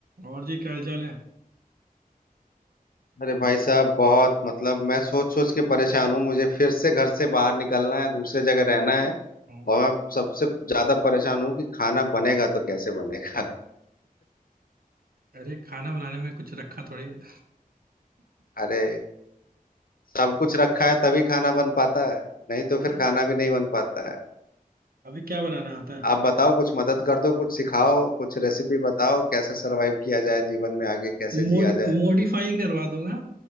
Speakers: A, on the right (about 75°); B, on the left (about 70°).
A: और जी क्या हाल चाल है
B: अरे भाई साहब बहुत मतलब मैं सोच सोच के परेशान हूँ मुझे फिर से घर से बाहर निकलना है दूसरे जगह रहना है
A: हाँ।
B: और मैं सबसे ज्यादा परेशान हूँ कि खाना बनेगा तो कैसे बनेगा <laughs>
A: अरे खाना बनाने में कुछ रखा थोड़ी है।
B: अरे सब कुछ रखा है तभी खाना बन पाता है नहीं तो फिर
A: अ,
B: खाना भी नहीं बन पाता है
A: अभी क्या बनाना आता है आपको
B: आप बताओ कुछ मदद कर दो कुछ सिखाओ कुछ रेसिपी बताओ कैसे सरवाइव किया जाए जीवन में आगे कैसे
A: मोड
B: जिया जाए
A: मॉडिफाई करवा दूंगा